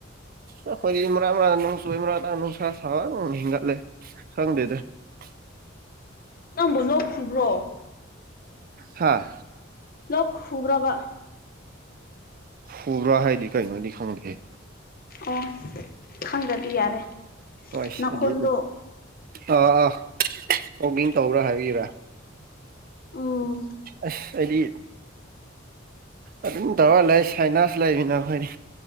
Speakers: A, on the right (about 45°); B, on the left (about 50°).
A: ꯑꯩꯈꯣꯏꯗꯤ ꯏ ꯃꯔꯥ ꯃꯔꯥꯡ ꯅꯨꯡ ꯆꯨꯏ ꯃꯔꯥ ꯅꯨꯡꯁꯥ ꯁꯥꯕꯨ ꯍꯦꯟꯒꯠꯂꯦ ꯈꯪꯗꯦꯗ <unintelligible>
B: ꯅꯪꯕꯨ ꯂꯣꯛꯈꯨꯕ꯭ꯔꯣ
A: ꯍꯥꯥ
B: ꯂꯣꯛ ꯈꯨꯕ꯭ꯔꯣꯕ
A: ꯍꯨꯕ꯭ꯔꯥ ꯍꯥꯏꯗꯤ ꯀꯩꯅꯣꯗꯤ ꯈꯪꯗꯦ
B: ꯑꯣ ꯈꯪꯗꯗꯤ ꯌꯥꯔꯦ
A: ꯍꯣꯏ ꯍꯥꯏꯗꯤ
B: ꯅꯈꯣꯟꯗꯣ
A: ꯑꯥ ꯑꯥ ꯑꯣꯀꯤꯡ ꯇꯧꯕ꯭ꯔꯥ ꯍꯥꯏꯕꯤꯕ꯭ꯔꯥ <inaudible>
B: ꯎꯝ
A: ꯑꯁ ꯍꯥꯏꯗꯤ ꯑꯗꯨꯝ ꯇꯋꯥꯏ ꯂꯩ ꯁꯥꯏꯅꯥꯁꯨ ꯂꯩꯃꯤꯅ ꯑꯩꯈꯣꯏꯅꯤ